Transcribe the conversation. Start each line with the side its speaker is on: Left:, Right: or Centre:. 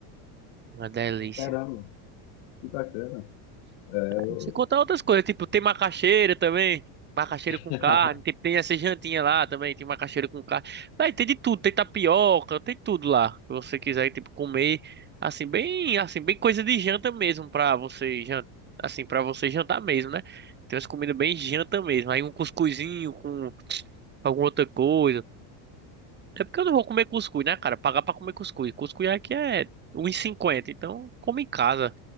Right: Uma delícia.
Left: Caramba, que bacana. É, eu-
Right: Você contar outras coisas, tipo, tem macaxeira também. Macaxeira
Left: <laughs>
Right: com carne. Tem, tem essa jantinha lá também. Tem macaxeira com carne. Vai, tem de tudo. Tem tapioca, tem tudo lá. Se você quiser, tipo, comer. Assim, bem, assim, bem coisa de janta mesmo pra você jantar. Assim, pra você jantar mesmo, né? Tem umas comidas bem janta mesmo. Aí um cuscuzinho com alguma outra coisa. É porque eu não vou comer cuscuz, né, cara? Pagar pra comer cuscuz. Cuscuz aqui é um e cinquenta, então come em casa